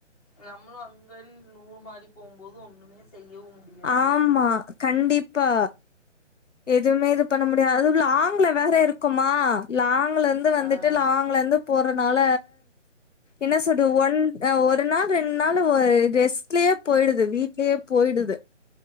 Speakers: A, on the left; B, on the left.
A: நம்மளு அங்க நூல் மாறி போம்போது ஒண்ணுமே செய்யவு முடியாது
B: ஆமா கண்டிப்பா எதுவுமே இது பண்ண முடியாது அதுவு லாங்குல வேற இருக்கொமா லாங்லந்து வந்துட்டு
A: ஆ
B: லாங்லந்து போறனால என்ன சொல்றது ஒன் ஆ ஒரு நாள் ரெண் நாள் ஒரு ரெஸ்ட்லயே போயிடுது வீட்லயே போயி விடுது